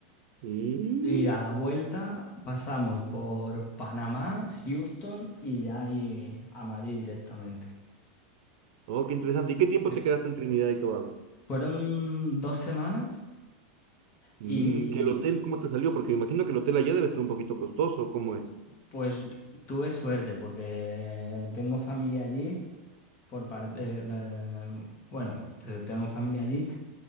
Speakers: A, on the right; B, on the left.
A: Mm.
B: Y a la vuelta pasamos por Panamá, Houston y ya ahí a Madrid directamente.
A: Oh, qué interesante. ¿Y qué tiempo
B: Sí.
A: te quedaste en Trinidad y Tobago?
B: Fueron dos semanas
A: Mm,
B: y,
A: ¿y el hotel
B: y,
A: cómo te salió? Porque me imagino que el hotel allá debe ser un poquito costoso. ¿Cómo es?
B: pues tuve suerte porque tengo familia allí, por parte, bueno, te- tengo familia allí